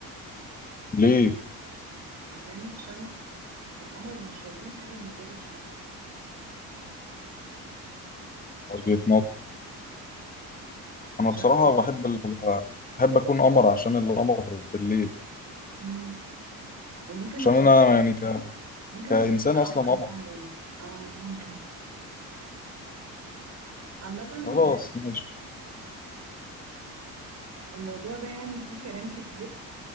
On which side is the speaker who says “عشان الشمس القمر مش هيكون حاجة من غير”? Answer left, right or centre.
Right